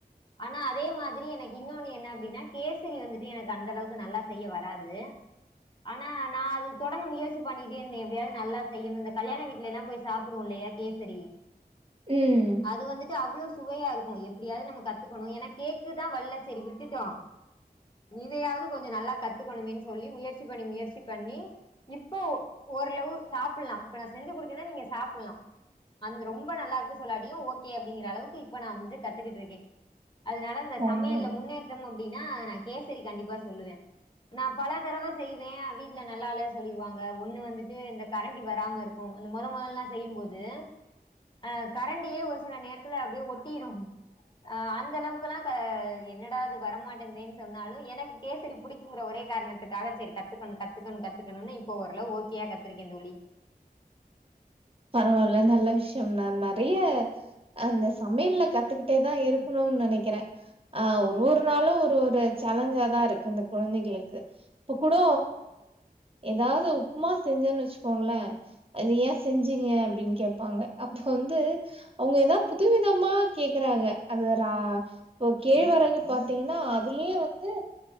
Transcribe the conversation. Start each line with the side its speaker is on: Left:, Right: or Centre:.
Left: ஆனா அதே மாதிரி எனக்கு இன்னொன்னு என்ன அப்டின்னா கேசரி வந்துட்டு எனக்கு அந்தளவுக்கு நல்லா செய்ய வராது ஆனா நா அது தொடர்ந்து முயற்சி பண்ணிட்டே இருந்தே எப்டியாவது நல்லா செய்யணு இந்த கல்யாண வீட்டுலயெல்லா போய் சாப்புடுவோ இல்லையா கேசரி
Right: ம்
Left: அது வந்துட்டு அவ்ளோ சுவையாருக்கு எப்டியாவது நம்ம கத்துக்கணு ஏன்னா கேக்கு தா வர்ல செரி விட்டுட்டோ இதையாவது கொஞ்ச நல்லா கத்துக்கணுமேன்னு சொல்லி முயற்சி பண்ணி முயற்சி பண்ணி இப்போ ஓரளவு சாப்பிட்லா இப்ப நா செஞ்சுக்குடுக்கேன்னா நீங்க சாப்பிட்லா அந்த ரொம்ப நல்லாருக்கு சொல்லாட்டியு ஓகே அப்டிங்கிற அளவுக்கு இப்ப நா வந்துட்டு கத்துக்கிட்டுருக்கே அதனால இந்த
Right: பரவா
Left: சமையல்ல முன்னேற்றம் அப் ப்படின்னா நா கேசரி கண்டிப்பா சொல்லுவே நா பல தரவ செய்வே வீட்டுல நல்லால்ல சொல்லிருவாங்க ஒன்னு வந்துட்டு இந்த கரண்டி வராமருக்கு அந்த மொத மொதல்லா செய்யும்போது ஆ கரண்டியே ஒரு சில நேரத்துல அப்டியே ஒட்டிரு ஆ அந்தளவுக்கெல்லா க என்னடா வரமாட்டேங்கதேன்னு சொன்னாலு எனக்கு கேசரி புடிக் தூங்குற ஒரே கார்ணத்துக்காக செரி கத்துக்கணு கத்துக்கணு கத்துக்கணுனு இப்ப ஓரளவு ஓகையா கத்துருக்கே தோழி
Right: பரவால்ல நல்ல விஷ்யந்தா நெறைய அந்த சமையல்ல கத்துக்கிட்டே தா இருக்கணுன் நெனைக்கிறே ஆஹ் ஒரு ஒரு நாளு ஒரு ஒரு சேலஞ்சாதா இருக்கு இந்த கொழந்தைகளுக்கு இப்ப கூட எதாவ்து உப்மா செஞ்சேன்னு வச்சுக்கோங்ளே அது வேஸ் செஞ்சுங்க அப்டின் கேப்பாங்க அப்ப வந்து அவ்ங்க எதாவ் புதுவிதமா கேக்குறாங்க அது ஒரு ஆஹ் ஓ கேழ்வெரகு பாத்தீங்கனா அதுலே வந்து